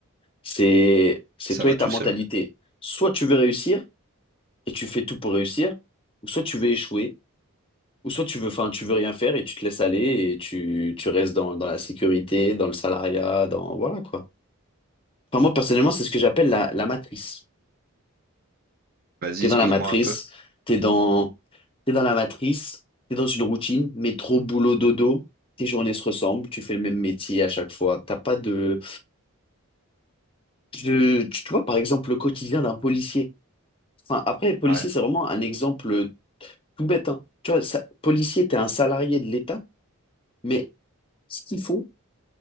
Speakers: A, on the left (about 25°); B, on the right (about 40°).
A: c'est, c'est
B: Ça
A: toi
B: va
A: et
B: tout
A: ta mentalité.
B: seul.
A: Soit tu veux réussir et tu fais tout pour réussir, ou soit tu veux échouer, ou soit tu veux, enfin, tu veux rien faire et tu te laisses aller et tu, tu restes dans, dans la sécurité, dans le salariat, dans, voilà quoi. Enfin, moi, personnellement, c'est ce que j'appelle la, la matrice.
B: Vas-y,
A: T'es
B: explique-moi
A: dans la matrice,
B: un peu.
A: t'es dans, T'es dans la matrice, t'es dans une routine, métro, boulot, dodo, tes journées se ressemblent, tu fais le même métier à chaque fois. T'as pas de. Je- tu tu vois, par exemple, le quotidien d'un policier. Enfin, après, policier
B: Ouais.
A: c'est vraiment un exemple tout bête, hein. Tu vois, ça, policier, t'es un salarié de l'État, mais ce qu'ils font,